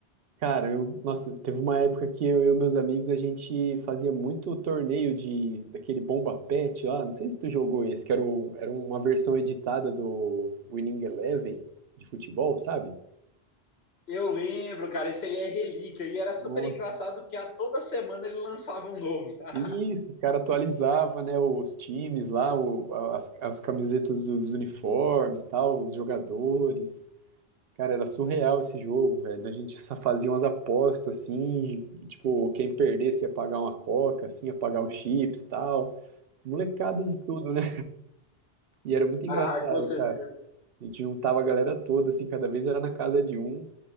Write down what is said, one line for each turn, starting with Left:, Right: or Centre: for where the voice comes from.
Right: Cara, eu, nossa, teve uma época que eu, eu e meus amigos a gente fazia muito torneio de daquele Bomba Pet lá, não sei se tu jogou esse, que era, o, era uma versão editada do Winning Eleven de futebol, sabe?
Left: Eu lembro, cara, esse aí é relíquia e era super
Right: Nossa.
Left: engraçado porque a toda semana ele lançava um novo. <laughs>
Right: Isso, os caras atualizavam, né, os times lá, o, as, as camisetas dos uniformes, tal, os jogadores. Cara, era surreal esse jogo, velho. A gente só fazia umas apostas assim, tipo, quem perdesse ia pagar uma coca, assim, ia pagar um chips, tal. molecada de tudo, né? E era muito engraçado,
Left: Ah, com certeza.
Right: cara. A gente juntava a galera toda, assim, cada vez era na casa de um.